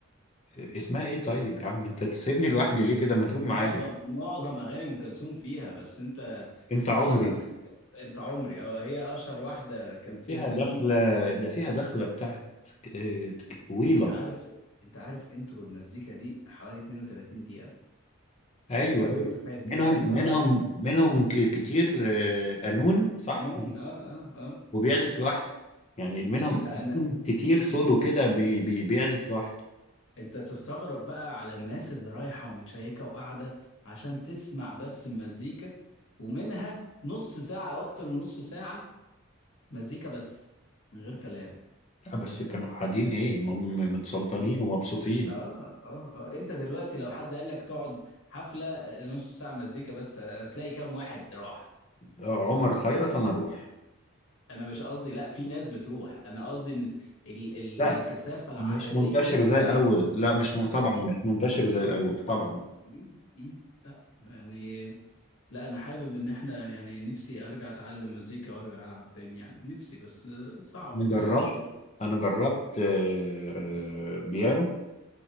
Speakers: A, on the left (about 30°); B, on the left (about 75°).
A: اسمها ايه طيب يا عم انت تسيبني لوحدي ليه كده ما تقول
B: معظم
A: معايا
B: معظم اغاني ام كلثوم فيها بس انت
A: انت
B: انت
A: عمري
B: قصدك بتك... انت عمري اه هي اشهر واحده كان فيها
A: فيها دخلة
B: قانون
A: ده فيها دخلة بتاعت آه،
B: انت
A: طويلة
B: انت عارف انت عارف انترو المزيكا دي حوالي 32 دقيقة
A: ايوه
B: يعني
A: ايوه
B: انت متخيل كده
A: منهم
B: انت
A: منهم
B: رايح
A: منهم ك- كتير آه، قانون صح
B: قانون اه اه اه
A: وبيعزف لوحده يعني منهم
B: لا
A: قانون
B: انا
A: كتير سولو كده بي بي بيعزف لوحده
B: انت تستغرب بقى على الناس اللي رايحة ومتشيكة وقاعدة عشان تسمع بس المزيكا ومنها نص ساعة او اكتر من نص ساعة مزيكا بس من غير كلام
A: آه، بس كانوا قاعدين ايه م- متسلطنين
B: م?
A: ومبسوطين
B: اه اه اه انت دلوقتي لو حد قال لك تقعد حفلة آه، نص ساعة مزيكا بس آه، هتلاقي كام واحد راح
A: آه، عمر خيرت انا اروح
B: انا مش قصدي لا في ناس بتروح انا قصدي ان ال ال
A: لا
B: الكثافه العدديه
A: مش منتشر
B: اللي
A: زي
B: بقت
A: الاول لا مش م... طبعا
B: بالظبط
A: مش منتشر
B: بالظبط
A: زي الاول طبعا
B: مم، مم. لا يعني لا انا حابب ان احنا يعني نفسي ارجع اتعلم مزيكا وارجع العب تاني يعني نفسي بس صعب
A: انا
B: في
A: جربت
B: وسط الشغل
A: انا جربت آه، آه، بيانو